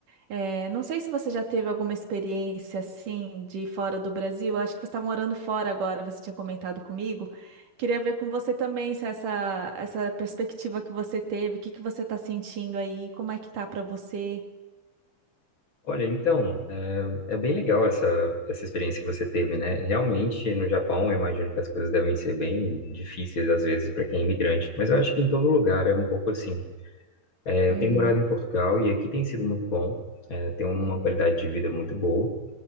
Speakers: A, on the right; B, on the left.
A: É, não sei se você já teve alguma experiência assim de fora do Brasil. Acho que você está morando fora agora, você tinha comentado comigo. Queria ver com você também se essa, essa perspectiva que você teve, o que que você está sentindo aí, como é que tá para você?
B: Olha, então, é, é bem legal essa, essa experiência que você teve, né? Realmente, no Japão, eu imagino que as coisas devem ser bem difíceis, às vezes, para quem é imigrante, mas eu acho que em todo lugar é um pouco assim. É,
A: Uhum,
B: eu tenho morado em Portugal e aqui tem sido muito bom, é, tem uma
A: uhum.
B: qualidade de vida muito boa.